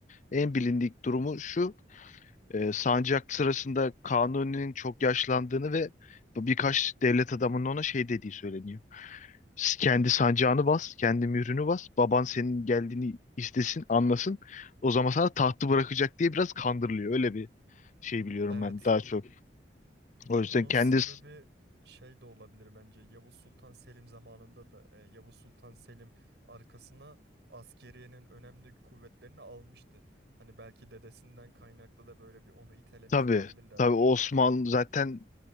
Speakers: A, on the left; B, on the right.
A: en bilindik durumu şu. E, sancak sırasında Kanuni'nin çok yaşlandığını ve birkaç devlet adamının ona şey dediği söyleniyor. "S- Kendi sancağını bas, kendi mührünü bas. Baban senin geldiğini istesin, anlasın. O zaman sana tahtı bırakacak diye biraz kandırılıyor. Öyle bir şey biliyorum
B: evet.
A: ben daha çok. O yüzden
B: Bunun
A: kendi
B: sebebi
A: e,
B: şey de olabilir bence. Yavuz Sultan Selim zamanında da e, Yavuz Sultan Selim arkasına askeriyenin önemli kuvvetlerini almıştı. Hani belki dedesinden kaynaklı da böyle bir onu itelemiş
A: tabii
B: olabilirler.
A: tabii Osmanlı zaten